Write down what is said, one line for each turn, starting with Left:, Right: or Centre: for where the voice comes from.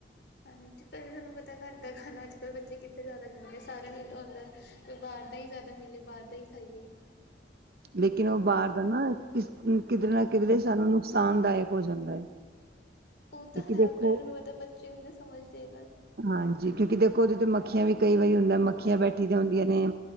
Left: ਹਾਂਜੀ, ਪਰ ਤੁਹਾਨੂੰ ਪਤਾ ਘਰ ਦਾ ਖਾਨਾ ਅੱਜ ਕੱਲ੍ਹ ਬੱਚੇ ਕਿੱਥੇ ਜੈਦਾ ਖਾਂਦੇ ਸਾਰਿਆਂ ਨੂੰ ਏਦਾਂ ਹੁੰਂਦੈ ਕਿ ਬਾਰ ਦਾ ਹੀ ਜੈਦਾ ਮਿਲੇ ਬਾਰ ਦਾ ਹੀ ਖਾਈਏ।
Right: ਲੇਕਿਨ ਉਹ ਬਾਰ ਦਾ ਨਾ ਕਿਸ ਕਿਧਰੇ ਨਾ ਕਿਧਰੇ ਸਾਨੂੰ ਨੁਕਸਾਨਦਾਇਕ ਹੋ ਜਾਂਦਾ।
Left: ਉਹ
Right: ਕਿਉਂਕਿ
Left: ਤਾਂ ਹੈ
Right: ਦੇਖੋ
Left: ਪਰ ਥੋਨੂੰ ਪਤਾ ਬੱਚੇ ਨੀ ਨਾ ਸਮਝਦੇ ਇਹ ਗੱਲ।
Right: ਹਾਂਜੀ ਕਿਉਂਕਿ ਦੇਖੋ ਉਹਦੇ ਤੇ ਮੱਖੀਆਂ ਵੀ ਕਈ ਵਾਰੀ ਹੁੰਦਾ ਮੱਖੀਆਂ ਬੈਠੀ ਦੀਆਂ ਹੁੰਦੀਆਂ ਨੇ।